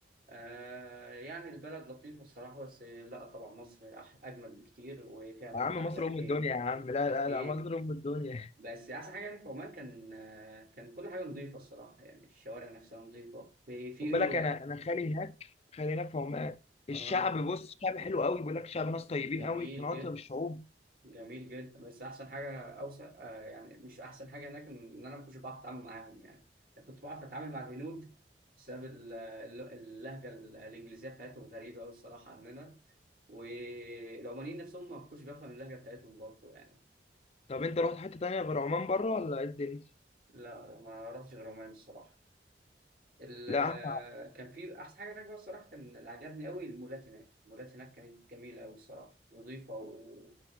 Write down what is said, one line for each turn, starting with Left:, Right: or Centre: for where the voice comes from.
Right: آه يعني البلد لطيفه الصراحه بس لا طبعا مصر أح- اجمل بكتير وفيها اماكن
Left: يا عم
Right: احلى
Left: مصر
Right: بكتير
Left: ام الدنيا يا عم لا
Right: أكيد
Left: لا لا مصر ام الدنيا
Right: بس احسن حاجه يعني في عمان كان آه، كان كل حاجه نظيفه الصراحه يعني الشوارع نفسها نظيفه في
Left: <laughs>
Right: في
Left: خد بالك انا انا خالي هناك خالي هناك في عمان الشعب
Right: اه
Left: بص شعب حلو قوي بيقول لك شعب ناس
Right: جميل
Left: طيبين قوي من اطيب
Right: جدا
Left: الشعوب
Right: جميل جدا بس احسن حاجه اوسع آه يعني مش احسن حاجه هناك ان انا ما كنتش بعرف اتعامل معاهم يعني أنا كنت بعرف اتعامل مع الهنود بسبب ال- ال- اللهجه ال- الانجليزيه بتاعتهم غريبه قوي الصراحه عننا والعمانيين نفسهم ما كنتش بفهم اللهجه بتاعتهم برضه يعني
Left: طب انت رحت حته تانية غير عمان بره ولا ايه الدنيا
Right: لا ما رحتش غير عمان الصراحه ال-
Left: لا
Right: آه، كان في احسن حاجه هناك بقى الصراحه كان اللي عجبني قوي المولات هناك المولات هناك كانت جميله قوي الصراحه نظيفه و...